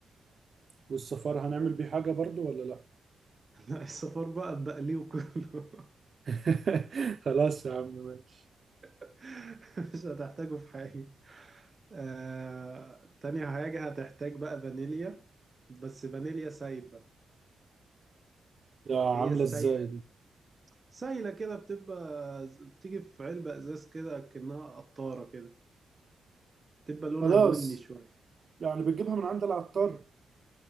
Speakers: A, on the right (about 50°); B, on the right (about 35°).
A: والصفار هنعمل بيه حاجة برضو ولا لا
B: <laughs> لا الصفار بقى بقليه كله
A: <laughs> خلاص يا عم ماشي
B: <laughs> مش هتحتاجه في حاجة آه، تاني حاجة هتحتاج بقى فانيليا بس فانيليا سايبة
A: ده
B: اللي
A: عاملة
B: هي السايلة
A: ازاي دي
B: سايلة كده بتبقى بتيجي في علبة ازاز كده كأنها قطارة كده تبقى لونها
A: خلاص
B: بني شوية
A: يعني بتجيبها من عند العطار